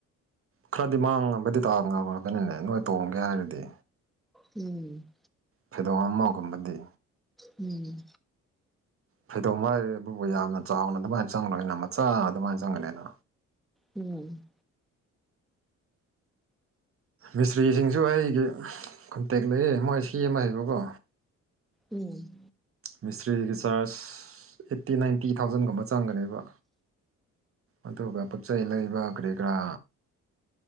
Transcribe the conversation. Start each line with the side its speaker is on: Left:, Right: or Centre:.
Right: ꯈꯔꯗꯤ ꯃꯥꯡꯉꯕꯗꯤ ꯇꯥꯉꯕꯅꯤꯅꯦ ꯅꯣꯏ ꯇꯣꯡꯒꯦ ꯍꯥꯏꯔꯗꯤ
Centre: ꯎꯝ
Right: ꯐꯩꯗꯣꯡ ꯑꯃꯥꯒꯨꯝꯕꯗꯤ
Centre: ꯎꯝ
Right: ꯐꯩꯗꯣꯝ ꯍꯥꯏꯔꯦ ꯑꯗꯨꯕꯨ ꯌꯥꯝꯅ ꯆꯥꯎꯅ ꯑꯗꯨꯃꯥꯏꯅ ꯆꯪꯔꯅꯤꯅ ꯃꯆꯥ ꯑꯗꯨꯃꯥꯏꯅ ꯆꯪꯒꯅꯤꯅ
Centre: ꯎꯝ
Right: ꯃꯤꯁꯇ꯭ꯔꯤꯁꯤꯡꯁꯨ ꯑꯩꯒꯤ ꯀꯣꯟꯇꯦꯛ ꯂꯩꯌꯦ ꯃꯣꯏ ꯁꯤ ꯑꯃ ꯍꯥꯏꯕꯀꯣ
Centre: ꯎꯝ
Right: ꯃꯤꯁꯇ꯭ꯔꯤꯒꯤ ꯆꯥꯔꯖ ꯑꯦꯠꯇꯤ ꯅꯥꯏꯟꯇꯤ ꯊꯥꯎꯖꯟꯒꯨꯝꯕ ꯆꯪꯒꯅꯦꯕ ꯑꯗꯨꯒ ꯄꯣꯠꯆꯩ ꯂꯩꯕ ꯀꯔꯤ ꯀꯔꯥ